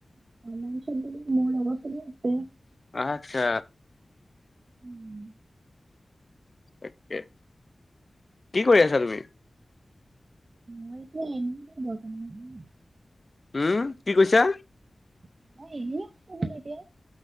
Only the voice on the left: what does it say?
আচ্ছা।
তাকে, কি কৰি আছা তুমি?
উম, কি কৈছা?